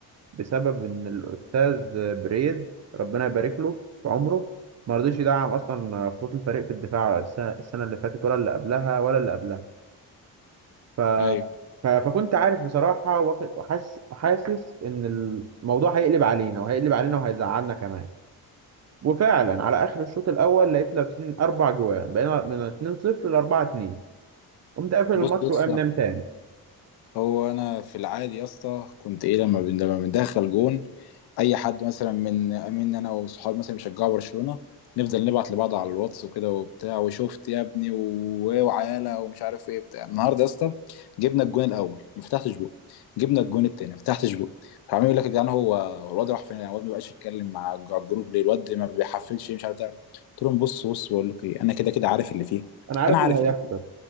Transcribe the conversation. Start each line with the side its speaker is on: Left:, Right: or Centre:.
Right: بسبب ان الاستاذ بريز ربنا يبارك له في عمره ما رضيش يدعم اصلا خطوط الفريق في الدفاع السنه السنة اللي فاتت ولا اللي قبلها ولا اللي قبلها ف...
Left: ايوه
Right: ف... فكنت عارف بصراحه واخد- وحاسس حاسس ان الموضوع هيقلب علينا وهيقلب علينا وهيزعلنا كمان وفعلا على اخر الشوط الاول لقيت لابسين اربع جوان بقينا من 2-0 ل 4-2 قمت قافل الماتش
Left: بص يا اسطى
Right: وقام نام تاني
Left: هو انا في العادي يا اسطى كنت ايه لما بن- لما بندخل جون اي حد مثلا من امين انا وصحابي مثلا بيشجعوا برشلونه نفضل نبعت لبعض على الواتس وكده وبتاع وشفت يا ابني و- وعيالة ومش عارف ايه بتاع النهارده يا اسطى جبنا الجون الاول ما فتحتش بق جبنا الجون التاني ما فتحتش بق فعمال يقول لك يا جدعان هو هو الواد راح فين الواد ما بقاش يتكلم مع الج- الجروب ليه الواد ما بيحفلش مش عارف ده. قلت لهم بص بص بقول لكم ايه انا كده كده عارف اللي فيها
Right: انا عارف
Left: انا عارف
Right: اللي هيحصل
Left: اللي فيها